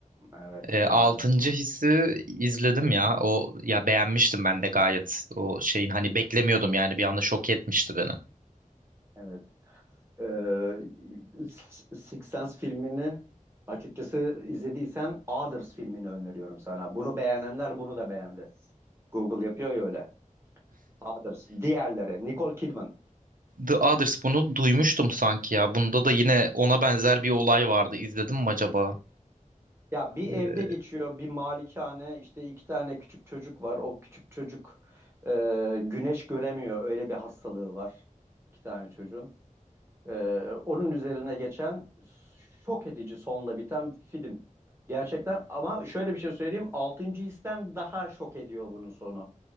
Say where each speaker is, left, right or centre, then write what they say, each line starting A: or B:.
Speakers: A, on the right (about 20°); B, on the right (about 80°).
A: evet
B: Eee altıncı
A: maalesef.
B: hissi izledim ya. O ya beğenmiştim ben de gayet. O şeyin hani beklemiyordum yani bir anda şok etmişti beni.
A: Evet. Ee, Six Sense filmini açıkçası izlediysen Others filmini öneriyorum sana. Bunu beğenenler bunu da beğendi. Google yapıyor ya öyle. Others. Diğerleri. Nicole Kidman.
B: The Others bunu duymuştum sanki ya. Bunda da yine ona benzer bir olay vardı. İzledim mi acaba?
A: Ya bir
B: Ee,
A: evde geçiyor, bir malikane, işte iki tane küçük çocuk var. O küçük çocuk e, güneş göremiyor. Öyle bir hastalığı var. İki tane çocuğun. Ee, onun üzerine geçen şok edici sonla biten bir film. Gerçekten ama şöyle bir şey söyleyeyim. Altıncı histen daha şok ediyor bunun sonu.